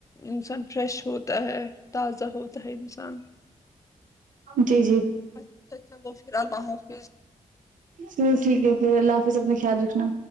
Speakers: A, on the left; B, on the right.
A: انسان فریش ہو ہے تاز ہو ہے نان
B: جی
A: اچھا اچھا گ ہاں
B: تو ٹھیک ہے پھر اللہ حاظ بس اپنا خیال رکھنا